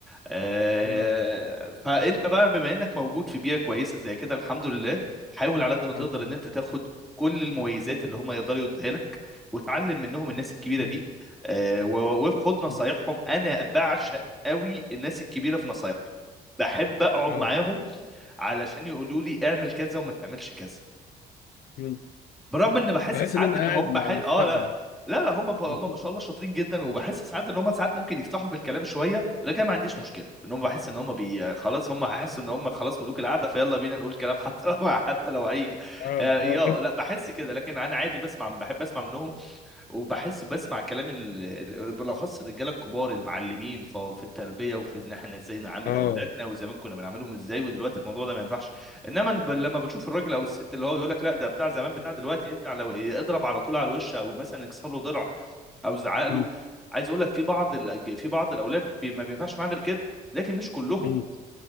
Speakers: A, in the centre; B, on the left (about 55°).
A: آه،
B: يا رب
A: فأنت بقى بما إنك موجود في بيئة كويسة زي كده الحمد لله حاول على قد ما تقدر
B: الحمد لله
A: إن أنت تاخد كل المميزات اللي هم يقدروا يدوها لك وتعلم منهم الناس الكبيرة
B: مم.
A: دي آه، و- وخد نصايحهم
B: مم.
A: أنا بعشق قوي الناس الكبيرة في نصايحهم بحب أقعد
B: اه
A: معاهم علشان يقولوا لي اعمل كذا وما تعملش كذا
B: مم.
A: برغم ان بحس
B: بحس
A: ساعات
B: ان انا
A: ان
B: قاعد
A: هم
B: مع
A: بحس
B: المستقبل
A: اه لا لا لا هم ب... هم
B: <laughs>
A: ما شاء الله شاطرين جدا وبحس ساعات ان هم ساعات ممكن يفتحوا في الكلام شويه لكن ما عنديش مشكله ان هم بحس ان هم بي... خلاص هم هيحسوا ان هم خلاص ملوك القعده فيلا بينا نقول كلام حتى لو <laughs> حتى لو اي
B: اه
A: آه يا
B: اه
A: لا بحس كده لكن انا عادي بسمع بحب اسمع منهم وبحس بسمع كلام ال... بالاخص الرجاله الكبار المعلمين ف- في التربيه وفي ان احنا ازاي نعامل
B: اه
A: اولادنا وزمان كنا بنعاملهم ازاي ودلوقتي الموضوع ده ما ينفعش انما أنا ب... لما بشوف الراجل او الست اللي هو يقول لك لا ده بتاع زمان بتاع دلوقتي ادي على اضرب على طول على الوش او مثلا اكسر له ضلع او زعق له
B: مم،
A: عايز اقول لك في بعض الأج... في بعض الاولاد بي... ما بينفعش معاه غير كده لكن مش كلهم
B: مم،